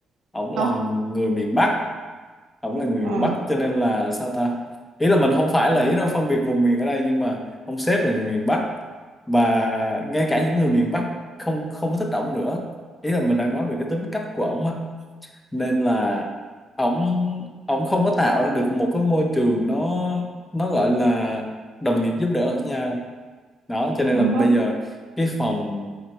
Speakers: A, on the left; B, on the right.
A: ổng
B: không?
A: là người miền Bắc ổng là người
B: Ừ.
A: Bắc cho nên là sao ta ý là mình không phải là ý nó phân biệt vùng miền ở đây nhưng mà ông sếp là người miền Bắc và ngay cả những người miền Bắc không không có thích ổng nữa ý là mình đang nói về cái tính cách của ổng á nên là ổng ổng không có tạo ra được một cái môi trường nó nó gọi là đồng nghiệp giúp đỡ lẫn nhau đó cho nên
B: ừ
A: là bây giờ cái phòng